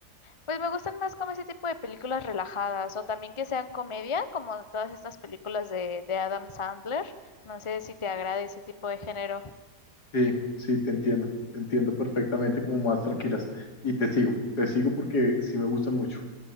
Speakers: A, on the left; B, on the left.
A: Pues me gustan más como ese tipo de películas relajadas o también que sean comedia, como todas estas películas de, de Adam Sandler. No sé si te agrada ese tipo de género.
B: Sí, sí, te entiendo, te entiendo perfectamente como más tranquilas. Y te sigo, te sigo porque sí me gustan mucho.